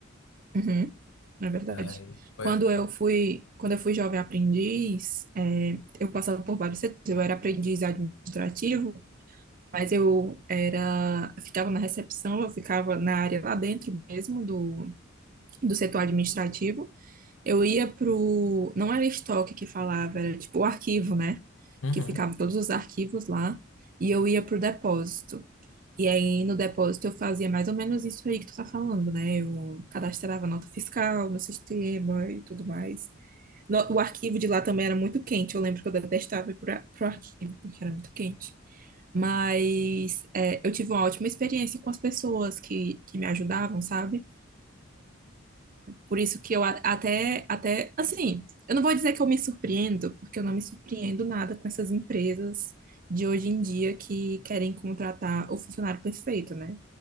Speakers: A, on the right; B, on the left.
A: Uhum, na verdade.
B: Aí, pois,
A: Quando eu fui, quando eu fui jovem aprendiz, é, eu passava por vários setores. Eu era aprendiz administrativo, mas eu era, eu ficava na recepção, eu ficava na área lá dentro mesmo do, do setor administrativo. Eu ia pro. Não era estoque que falava, era tipo o arquivo, né?
B: uhum,
A: Que ficavam todos os arquivos lá. E eu ia pro depósito. E aí no depósito eu fazia mais ou menos isso aí que tu tá falando, né? Eu cadastrava nota fiscal no sistema e tudo mais. No- O arquivo de lá também era muito quente. Eu lembro que eu detestava ir pro, pro arquivo, porque era muito quente. Mas é, eu tive uma ótima experiência com as pessoas que, que me ajudavam, sabe? Por isso que eu a- até, até, assim, eu não vou dizer que eu me surpreendo, porque eu não me surpreendo nada com essas empresas de hoje em dia que querem contratar o funcionário perfeito, né?